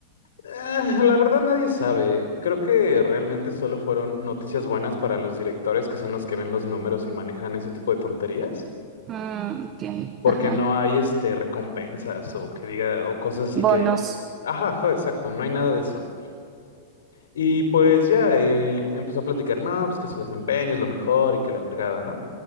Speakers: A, on the left; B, on the right.
A: Ah, la verdad nadie sabe. Creo que realmente solo fueron noticias buenas para los directores, que son los que ven los números y manejan ese tipo de tonterías,
B: Mm, ok,
A: porque
B: ajá.
A: no hay este recompensas o que diga o cosas así
B: Bonos.
A: que digas. Ajá, ajá, exacto, no hay nada de eso. Y pues ya eh, empezó a platicar, no, pues que su desempeño es lo mejor y que la fregada, ¿no?